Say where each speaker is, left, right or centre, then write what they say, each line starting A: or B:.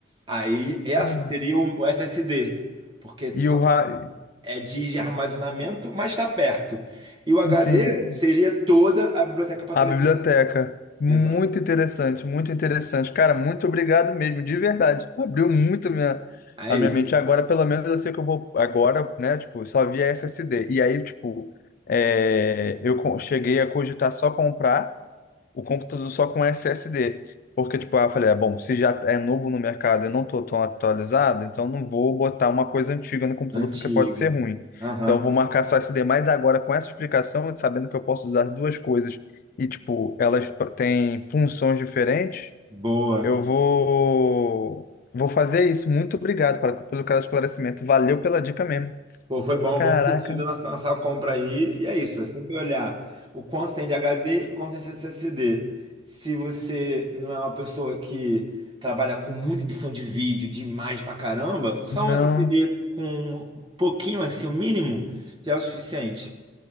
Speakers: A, on the right; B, on the left.
A: Aí essa
B: Cara.
A: seria o o SSD, porque é
B: E o ra-
A: é de armazenamento, mas está perto. E o HD
B: sim,
A: seria toda a biblioteca para
B: a
A: trás
B: biblioteca.
A: dela.
B: Muito
A: Exato.
B: interessante, muito interessante. Cara, muito obrigado mesmo, de verdade. Abriu muito a minha,
A: É
B: a
A: isso.
B: minha mente. Agora, pelo menos, eu sei que eu vou agora, né? Tipo, só via SSD. E aí, tipo, é, eu co- cheguei a cogitar só comprar. o computador só com SSD. Porque, tipo, ah, eu falei, ah, bom, se já é novo no mercado e eu não tô tão atualizado, então não vou botar uma coisa antiga no computador
A: Antiga.
B: porque pode ser ruim.
A: Aham.
B: Então eu vou marcar só SD. Mas agora, com essa explicação, sabendo que eu posso usar duas coisas e, tipo, elas têm funções diferentes,
A: Boa.
B: eu vou. Vou fazer isso. Muito obrigado para, pelo cara esclarecimento. Valeu pela dica mesmo.
A: Pô, foi bom,
B: Caraca,
A: bom que te ajudou na na sua compra aí. E é isso. é Sempre olhar o quanto tem de HD, quanto tem de SSD. Se você não é uma pessoa que trabalha com muita edição de vídeo, de imagem pra caramba, só
B: não.
A: um SSD com um pouquinho assim, o mínimo, já é o suficiente.